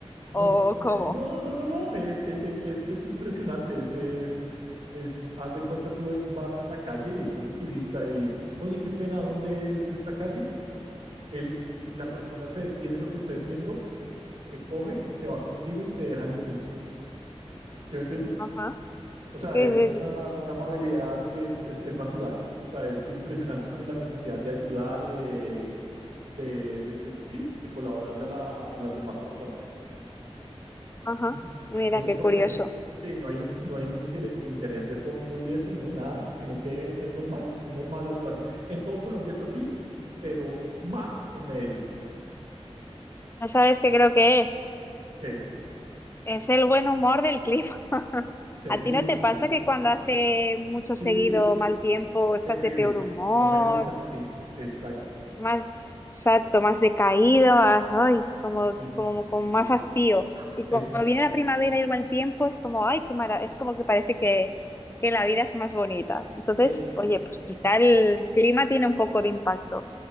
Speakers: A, on the right; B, on the left.
A: No
B: ¿O
A: sé,
B: cómo?
A: no, no, no, no, es, es, es- es que es impresionante, es, es, es, haz de cuenta, tú vas en la calle y estás de turista y, oye, qué pena, ¿dónde es esta calle? él, la persona se detiene lo que esté haciendo, te coge y se va contigo y te deja en el punto. ¿Sí me entiendes?
B: Ajá.
A: O sea,
B: Sí,
A: es
B: sí,
A: una,
B: sí.
A: una amabilidad que es, es, es natural. O sea, es impresionante como la necesidad de ayudar y de, de, de- de- sí, de colaborarle a, la- a las demás personas.
B: Ajá.
A: Ujú.
B: Mira,
A: No sé
B: qué
A: por
B: curioso.
A: qué. Sí, no hay un, no hay un intere- interés de fondo y eso, no, nada, sino que es normal, es normal ayudarle. En todo Colombia es así, pero más en Medellín,
B: ¿No sabes qué creo que es?
A: que
B: Es el buen humor del cliente.
A: seguros,
B: ¿A ti no te pasa
A: seguros,
B: que cuando
A: seguros.
B: hace mucho seguido
A: Sí,
B: mal tiempo estás
A: terrible.
B: de peor humor,
A: No me gusta ni cinco. Exacto.
B: más exacto, más decaído, más, ay, como,
A: Sí,
B: como
A: sí, sí,
B: con
A: sí.
B: más hastío? Y cuando
A: Exacto.
B: viene la primavera y el buen tiempo es como, ay, qué mara, es como que parece que, que la vida es más bonita. Entonces,
A: Esa.
B: oye, pues quizá el clima tiene un poco de impacto.